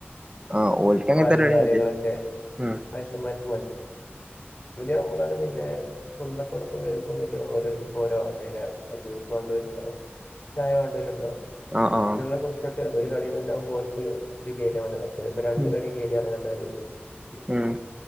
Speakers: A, on the right (about 25°); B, on the left (about 40°).
A: ആഹ് ഓൽക്ക് അങ്ങനത്തെ
B: വടയും
A: പരിപാടി
B: കാര്യങ്ങളൊക്ക
A: മതി ഉം
B: വ യസന്മാർക്ക് മതി പിന്നെ കുടുംബത്തോടൊപ്പം വരുമ്പോ പിന്നെ ഓരോരുത്തർക്ക് ഓരോ ഇണോ ജ്യൂസ് വണ്ടരുണ്ടകും ചായ വേണ്ടവരുണ്ടോ
A: ആഹ്
B: ഇഷ്ടമെ
A: ആഹ്
B: കുടിച്ചോട്ട് ഒരു കടിയയി തന്നെ ആകുമ്പോൾ അവർക്ക് ഇത് കയറിയതി രണ്ട
A: ഉം
B: കടി കയറി ഇറങ്ങേണ്ട ഒരു
A: ഉം